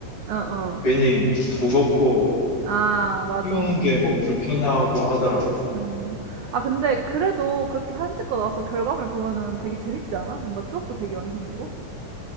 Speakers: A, on the right; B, on the left.
A: 어, 어.
B: 괜히 무겁고
A: 아, 맞아.
B: 띄우는 게 뭐 불편하고 하더라고.
A: 음. 아, 근데 그래도 그렇게 사진 찍고 나서 결과물 보면은 되게 재밌지 않아? 뭔가 추억도 되게 많이 생기고.